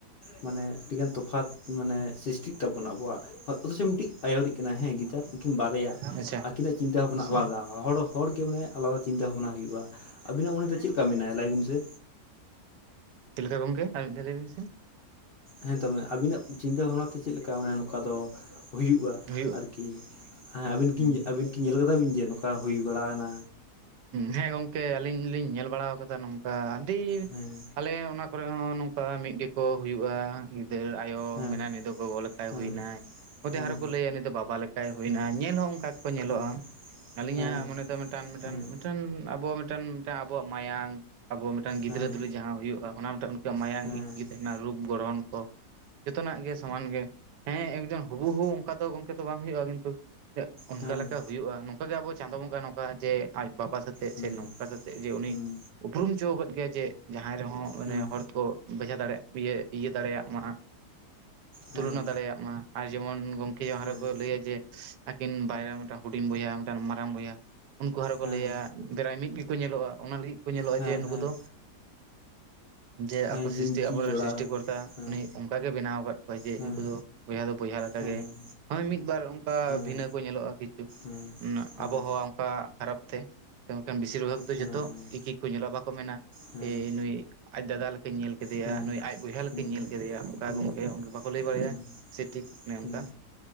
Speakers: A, on the left; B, on the right.
A: ᱢᱟᱱᱮ ᱟᱹᱰᱤᱜᱟᱱ ᱛᱚᱯᱷᱟᱛ ᱢᱟᱱᱮ ᱥᱨᱤᱥᱴᱤᱜ ᱛᱟᱵᱚᱱᱟ ᱟᱵᱚᱣᱟᱜ ᱚᱛᱷᱚᱪᱚ ᱢᱤᱫᱴᱤᱡ ᱟᱭᱩᱨᱤᱜ ᱠᱟᱱᱟᱭ ᱦᱮᱸ ᱜᱤᱫᱟᱹᱨ ᱩᱱᱠᱤᱱ ᱵᱟᱨᱮᱭᱟ
B: ᱟᱪᱪᱷᱟ
A: ᱟᱠᱤᱱᱟᱜ ᱪᱤᱱᱛᱟᱹ ᱵᱷᱟᱵᱱᱟ
B: ᱦᱩᱸ ᱪᱮᱫ
A: ᱟᱞᱟᱫᱟ ᱦᱚᱲ ᱦᱚᱲᱜᱮ ᱢᱟᱱᱮ ᱟᱞᱟᱫᱟ ᱪᱤᱱᱛᱟᱹ ᱵᱷᱟᱵᱽᱱᱟ ᱦᱩᱭᱩᱜᱼᱟ ᱟᱹᱵᱤᱱᱟᱜ ᱩᱱᱚᱱ ᱫᱚ ᱪᱮᱫ ᱞᱮᱠᱟ ᱢᱮᱱᱟᱭᱟ ᱞᱟᱹᱭᱵᱤᱱ ᱥᱮ
B: ᱪᱮᱫ ᱞᱮᱠᱟ ᱜᱚᱝᱠᱮ ᱟᱨ ᱢᱤᱫ ᱫᱷᱟᱣ ᱞᱟᱹᱭ ᱵᱤᱱ ᱥᱮ
A: ᱦᱮᱸ ᱛᱚᱵᱮ ᱟᱵᱤᱱᱟᱜ ᱪᱤᱱᱛᱟᱹ ᱵᱷᱟᱵᱽᱱᱟᱛᱮ ᱪᱮᱫ ᱞᱮᱠᱟ ᱢᱟᱱᱮ ᱱᱚᱝᱠᱟ ᱫᱚ ᱦᱩᱭᱩᱜᱼᱟ
B: ᱦᱩᱭᱩᱜᱼᱟ
A: ᱟᱨᱠᱤ ᱠᱤ ᱦᱮ ᱟᱹᱵᱤᱱ ᱠᱤᱱ
B: ᱦᱩᱸ
A: ᱟᱹᱵᱤᱱ ᱠᱤᱱ ᱧᱮᱞ ᱟᱠᱟᱫᱟ ᱵᱤᱱ ᱡᱮ ᱱᱚᱝᱠᱟ ᱦᱩᱭ ᱵᱟᱲᱟᱱᱟ
B: ᱦᱮᱸ ᱜᱚᱝᱠᱮ ᱟᱹᱞᱤᱧ ᱞᱤᱧ ᱧᱮᱞ ᱵᱟᱲᱟ ᱟᱠᱟᱫᱟ ᱱᱚᱝᱠᱟ ᱟᱹᱰᱤ
A: ᱦᱮᱸ
B: ᱟᱞᱮ ᱚᱱᱟ ᱠᱚᱨᱮ ᱦᱚᱸ ᱱᱚᱝᱠᱟ ᱢᱤᱫ ᱜᱮᱠᱚ ᱦᱩᱭᱩᱜᱼᱟ ᱜᱤᱫᱟᱹᱨ ᱟᱭᱳ
A: ᱦᱮᱸ
B: ᱢᱮᱱᱟᱭ ᱩᱱᱤᱤᱫ ᱫᱚ ᱜᱚᱜᱚ ᱞᱮᱠᱟᱭ
A: ᱦᱮᱸ
B: ᱦᱩᱭᱱᱟᱭ ᱚᱫᱮ
A: ᱦᱮᱸ
B: ᱟᱨᱚᱸ ᱠᱚ ᱞᱟᱹᱭᱟ ᱩᱱᱤ ᱫᱚ ᱵᱟᱵᱟ ᱞᱮᱠᱟᱭ ᱦᱩᱭᱱᱟ
A: ᱦᱮᱸ
B: ᱧᱮᱞ ᱦᱚᱸ ᱚᱱᱠᱟ ᱜᱮᱠᱚ ᱧᱮᱞᱚᱜᱼᱟ
A: ᱦᱮᱸ ᱦᱮᱸ
B: ᱟᱹᱞᱤᱧᱟᱜ
A: ᱦᱮᱸ
B: ᱢᱚᱱᱮ ᱫᱚ ᱢᱤᱫᱴᱟᱝ
A: ᱦᱮᱸ ᱦᱮᱸ
B: ᱢᱤᱫᱴᱟᱝ ᱠᱷᱟᱱ ᱟᱵᱚ ᱢᱤᱫᱴᱟᱝ ᱢᱤᱫᱴᱟᱝ ᱟᱵᱚᱣᱟᱜ ᱢᱟᱭᱟᱢ ᱟᱵᱚ ᱢᱤᱫᱴᱟᱝ ᱜᱤᱫᱽᱨᱟᱹ
A: ᱦᱮᱸ
B: ᱛᱩᱞᱩᱡ ᱡᱟᱦᱟᱸ ᱦᱩᱭᱩᱜᱼᱟ ᱚᱱᱟ ᱢᱤᱫᱴᱟᱝ ᱢᱟᱭᱟᱢ
A: ᱦᱮᱸ
B: ᱤᱠᱤᱜᱮ ᱛᱟᱦᱮᱱᱟ ᱨᱩᱯ ᱜᱚᱲᱦᱚᱱ ᱠᱚ ᱡᱚᱛᱚᱱᱟᱜ ᱜᱮ ᱥᱟᱢᱟᱱ ᱜᱮ ᱦᱮᱸ ᱮᱠᱫᱚᱢ ᱦᱩᱵᱩᱦᱩ ᱚᱱᱠᱟ ᱜᱚᱝᱠᱮ ᱛᱚ ᱵᱟᱝ ᱦᱩᱭᱩᱜᱼᱟ ᱠᱤᱱᱛᱩ ᱚᱱᱠᱟ
A: ᱦᱮᱸ ᱦᱮᱸ
B: ᱞᱮᱠᱟ
A: ᱦᱮᱸ
B: ᱦᱩᱭᱩᱜᱼᱟ ᱱᱚᱝᱠᱟ ᱜᱮ ᱟᱵᱚ ᱪᱟᱸᱫᱳ ᱵᱚᱸᱜᱟ ᱱᱚᱝᱠᱟ ᱡᱮ ᱟᱡ ᱵᱟᱵᱟ ᱥᱟᱛᱮᱜ
A: ᱦᱩᱸ
B: ᱥᱮ ᱱᱚᱝᱠᱟ ᱥᱟᱛᱮᱜ ᱡᱮ ᱩᱱᱤ
A: ᱦᱩᱸ
B: ᱩᱯᱨᱩᱢ ᱦᱚᱪᱚ ᱟᱠᱟᱫ ᱜᱮᱟᱭ ᱡᱮ ᱡᱟᱦᱟᱸᱭ ᱨᱮᱦᱚᱸ ᱢᱟᱱᱮ
A: ᱦᱩᱸ
B: ᱦᱚᱲᱠᱚ ᱵᱷᱮᱡᱟ ᱫᱟᱲᱮᱭᱟᱜ ᱤᱭᱟᱹ ᱫᱟᱲᱮᱭᱟᱜ ᱢᱟ
A: ᱦᱮᱸ
B: ᱛᱩᱞᱚᱱᱟ ᱫᱟᱲᱮᱭᱟᱜ ᱢᱟ ᱟᱨ ᱡᱮᱢᱚᱱ ᱜᱚᱢᱠᱮ ᱡᱟᱦᱟ
A: ᱦᱮᱸ
B: ᱨᱮᱠᱚ ᱞᱟᱹᱭᱟ ᱡᱮ ᱟᱹᱠᱤᱱ ᱵᱟᱭᱨᱮ ᱢᱤᱫᱴᱟᱝ ᱦᱩᱰᱤᱧ ᱵᱚᱭᱦᱟ ᱢᱤᱫᱴᱟᱝ ᱢᱟᱨᱟᱝ ᱵᱚᱭᱦᱟ ᱟᱨ ᱠᱚ
A: ᱦᱮᱸ
B: ᱞᱟᱹᱭᱟ ᱯᱨᱟᱭ ᱢᱤᱫ ᱜᱮᱠᱚ ᱧᱮᱞᱚᱜᱼᱟ ᱚᱱᱟ ᱞᱟᱹᱜᱤᱫ ᱠᱚ ᱧᱮᱞᱚᱜᱼᱟ
A: ᱦᱮᱸ
B: ᱡᱮ ᱱᱩᱠᱩ
A: ᱦᱮᱸ
B: ᱫᱚ ᱡᱮ ᱟᱠᱚ
A: ᱦᱮᱸ
B: ᱥᱨᱤᱥᱴᱤ
A: ᱡᱤᱢᱠᱤ
B: ᱟᱵᱚᱨᱮᱱ
A: ᱡᱚᱲᱟᱣ
B: ᱥᱨᱤᱥᱴᱤ
A: ᱦᱮᱸ
B: ᱠᱚᱨᱛᱟ ᱩᱱᱤ ᱚᱱᱠᱟᱜ ᱜᱮ ᱵᱮᱱᱟᱣ ᱟᱠᱟᱫ ᱠᱚᱣᱟᱟᱭ ᱡᱮ
A: ᱦᱮᱸ
B: ᱩᱱᱠᱩ ᱫᱚ ᱵᱚᱭᱦᱟ ᱫᱚ ᱵᱚᱭᱦᱟ
A: ᱦᱮᱸ
B: ᱜᱮ ᱦᱳᱭ ᱢᱤᱫᱵᱟᱨ ᱚᱱᱠᱟ
A: ᱦᱮᱸ
B: ᱵᱷᱤᱱᱟᱹ ᱠᱚ ᱧᱮᱞᱚᱜᱼᱟ ᱠᱤᱪᱷᱩ
A: ᱦᱮᱸ ᱦᱮᱸ
B: ᱟᱵᱚᱦᱟᱣᱟ ᱚᱱᱠᱟ ᱠᱷᱟᱨᱟᱯ ᱛᱮᱠᱷᱟᱱ ᱵᱮᱥᱤᱨ ᱵᱷᱟᱜᱽ ᱫᱚ
A: ᱦᱮᱸ
B: ᱡᱚᱛᱚ
A: ᱦᱮᱸ
B: ᱛᱤᱠᱤ ᱠᱚ ᱧᱮᱞᱚᱜᱼᱟ ᱵᱟᱠᱚ ᱢᱮᱱᱟ
A: ᱦᱮᱸ
B: ᱱᱩᱭ ᱟᱡ ᱫᱟᱫᱟ ᱞᱮᱠᱟᱧ ᱧᱮᱞ ᱠᱮᱫᱮᱭᱟ
A: ᱦᱩᱸ
B: ᱱᱩᱭ ᱟᱡ ᱵᱚᱭᱦᱟ
A: ᱦᱩᱸ
B: ᱞᱮᱠᱟᱧ ᱧᱮᱞ ᱠᱮᱫᱮᱭᱟ ᱚᱱᱠᱟ
A: ᱦᱩᱸ
B: ᱜᱚᱝᱠᱮ ᱵᱟᱠᱚ ᱞᱟᱹᱭ ᱵᱟᱲᱟᱭᱟ
A: ᱦᱩᱸ
B: ᱥᱮᱴᱷᱤᱠ ᱠᱟᱱᱟᱜ
A: ᱦᱩᱸ
B: ᱚᱱᱠᱟ